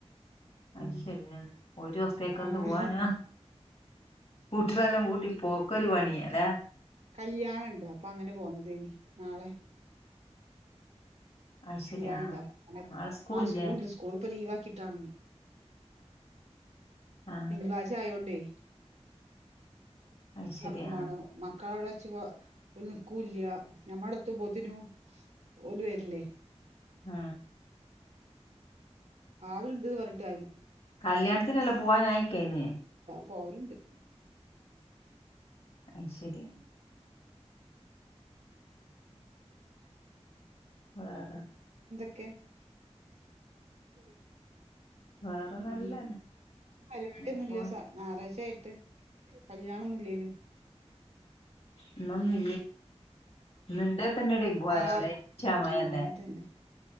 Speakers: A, on the left; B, on the right.
A: അ
B: ഉം
A: ശരിയാണ് ഒരു ദിവസത്തേക്കെ
B: ആഹ്
A: ന്ത് പോവാനാ കൂട്ടരെല്ലാം കൂട്ടി പോക്കൊരു പണിയാ അല്ലേ
B: കല്യാണൊണ്ട് അപ്പൊ അങ്ങനെ പോന്നത ഇനി നാളെ
A: അത്
B: കല്യാണണ്ടൊ
A: ശരി ആ നാളെ സ്കൂളില്ലേ
B: ആ സ്കൂളുണ്ട് സ്കൂളിപ്പ ലീവാക്കിട്ടാണെ
A: ആ
B: തിങ്കളാഴ്ച ആയോണ്ടേ
A: അത് ശരി
B: അ ക്കുമാണോ
A: ആ
B: മക്കാളേ ശിവാ നിക്കൂല്ല ഞമ്മുടെത്ത് ബൊ ധിനു ഓലു വരില്ലേ
A: ആ
B: ആളുണ്ട് പറഞ്ഞിട്ട് കാര്യല്ല
A: കല്യാണത്തിനല്ല പോവാനായിട്ടേനെ
B: പോലുണ്ട്
A: അ ശരിയാ വേറെ
B: ക്കെ ഉ
A: വേറെ നല്ലന്നെ
B: ഉ പരിപാടി
A: അങ്ങനെ
B: ഒന്നൂല്ല
A: പോണ്
B: ഞാറാഴ്ചായി കല്യാണിന്നില്ലേലും
A: ഇന്നൊന്നും ഇല്ലേ തന്നെ <unintelligible> ഡ പോാല
B: ആ
A: അവിടെച്ചമല്ലേ
B: ആ അതന്നെ